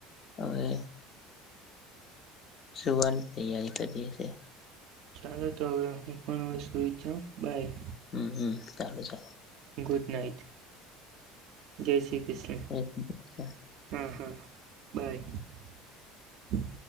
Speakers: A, on the left; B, on the right.
A: હવે સુવાની તૈયારી કરીએ છે
B: ચાલો તો હવે હું પણ વસ્ુઈચ જાઉં બાય
A: હમ હ ચાલલે ચાલ
B: ગુડ નાઇટ જય શ્રી કૃષ્ણ
A: બાય
B: હા હા બાય